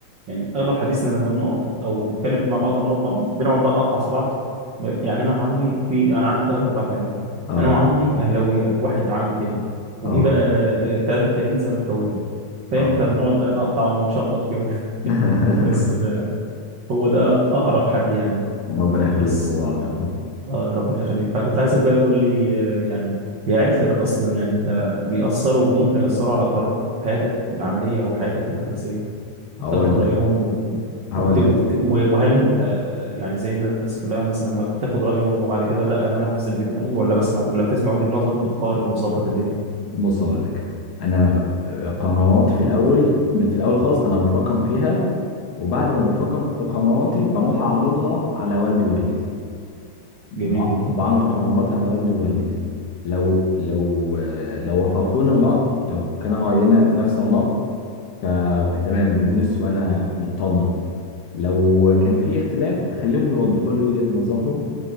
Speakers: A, on the right; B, on the left.
A: يعني أغلب حديثنا لما بنقف أو نتكلم مع بعض أو نقعد مع بعض بنقعد بقى نقطع في بعض م- يعني أنا وعمي في أنا عندي ثلاث أربع تعمام
B: اه
A: أنا وعمي أهلاوية واحد عمي تاني وفي
B: اه
A: بقى الثلاثة التانيين زملكاوية فاهم
B: اه
A: فبنقعد بقى نقطع ونشلر فيهم
B: <laughs>
A: <laughs> بس ده هو ده أقرب حد يعني
B: ربنا يخليكم
A: بس
B: لبعض يا رب.
A: آه، ربنا يخليك فكنت عايزك بقى تقول لي آه، يعني هي عيلتك اصلا يعني انت بيأثروا ممكن يأثروا على قرار حياتك العملية او حياتك الدراسية بتاخد
B: هقول
A: رأيهم
B: لك
A: و-
B: هقول
A: وبت... وبت...
B: لك
A: و- وهل انت آه، يعني زي الناس كلها مثلا ما بتاخد رأيهم وبعد كده لا انا هنفذ اللي في دماغي ولا بسمع ولا بتسمع وجهة نظر وبتقارن وتظبط الدنيا
B: بص هقول لك انا قراراتي في الاول في الاول خالص انا بفكر فيها وبعد ما بفكر في قراراتي بروح اعرضها على والدي ووالدتي ب-
A: جميل جدا
B: بعرض قراراتي على والدي ووالدتي لو لو لو وافقوني الرأي لو كان رأينا نفس الرأي ف- فتمام بدوس وانا مطمن لو كان في اختلاف بخليهم يوضحوا لي وجهة نظرهم